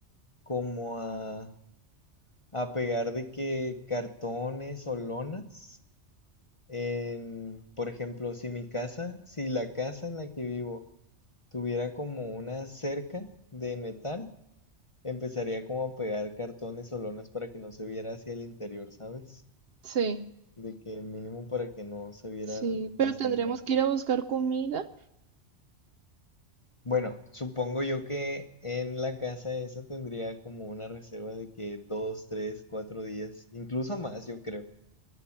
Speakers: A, on the left; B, on the right.
A: como a, a pegar de que cartones o lonas En, por ejemplo, si mi casa, si la casa en la que vivo tuviera como una cerca de metal, empezaría como a pegar cartones o lonas para que no se viera hacia el interior, ¿sabes?
B: Sí.
A: De que mínimo para que no se viera
B: Sí, pero
A: hacia
B: tendremos
A: adentro.
B: que ir a buscar comida.
A: Bueno, supongo yo que en la casa esa tendría como una reserva de que dos, tres, cuatro días, incluso más, yo creo.